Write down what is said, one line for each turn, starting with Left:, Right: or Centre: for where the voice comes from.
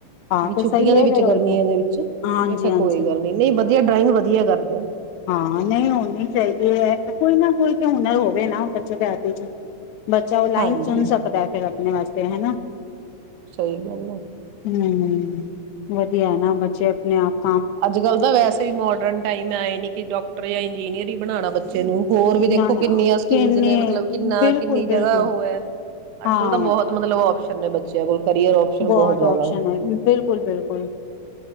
Left: ਹਾਂ
Right: ਵੀ
Left: ਤੇ
Right: ਛੁੱਟੀਆਂ
Left: ਸਹੀ
Right: ਦੇ
Left: ਹੈ
Right: ਵਿੱਚ,
Left: ਫੇਰ ਹੋਰ
Right: ਗਰਮੀਆਂ
Left: ਕੀ
Right: ਦੇ ਵਿੱਚ।
Left: ਹਾਂਜੀ ਹਾਂਜੀ
Right: ਕੋਈ ਗੱਲ ਨੀ, ਨਹੀਂ ਵਧੀਆਂ ਡਰਾਇੰਗ ਵਧੀਆਂ ਕਰਦਾ।
Left: ਹਾਂ ਨਹੀਂ ਹੋਣੀ ਚਾਹੀਦੀ ਹੈ, ਕੋਈ ਨਾ ਕੋਈ ਤੇ ਹੁਨਰ ਹੋਵੇ ਨਾ, ਬੱਚੇ ਦੇ ਹੱਥ ਵਿੱਚ। ਬੱਚਾ ਉਹ ਲਾਈਨ
Right: ਹਾਂਜੀ
Left: ਚੁਣ ਸਕਦਾ ਫੇਰ ਆਪਣੇ ਵਾਸਤੇ ਹੈਨਾ
Right: ਸਹੀ ਗੱਲ ਆ
Left: ਹੂੰ । ਵਧੀਆ ਹੈਨਾ ਬੱਚੇ ਆਪਣੇ ਆਪ ।
Right: ਅੱਜ-ਕੱਲ ਤਾਂ ਵੈਸੇ ਵੀ ਮੋਡਰਨ ਟਾਈਮ ਹੈ ਆਏ ਨੀ। ਕੀ ਡਾਕਟਰ ਜਾਂ ਇੰਜੀਨੀਅਰ ਹੀ ਬਣਾਉਣਾ ਬੱਚੇ ਹੋਰ ਵੀ ਦੇਖੋ
Left: ਨਾ ਨਾ
Right: ਕਿੰਨੀਆਂ ਸਕਿੱਲਸ
Left: ਕਿੰਨੇ
Right: ਨੇ ਮਤਲਬ ਕਿੰਨਾ
Left: ਬਿਲਕੁਲ
Right: ਕਿੰਨੀ
Left: ਬਿਲਕੁਲ
Right: ਜਗਾਹ ਉਹ ਹੈ ਅੱਜ
Left: ਹਾਂ
Right: ਕਲ ਤਾਂ ਬਹੁਤ ਮਤਲਬ ਆਪਸ਼ਨ <unintelligible> ਬੱਚਿਆਂ ਕੋਲ। ਕਰੀਅਰ ਆਪਸ਼ਨ
Left: ਬਹੁਤ
Right: ਜ਼ਿਆਦਾ
Left: ਆਪਸ਼ਨ ਹੈ, ਬਿਲਕੁਲ-ਬਿਲਕੁਲ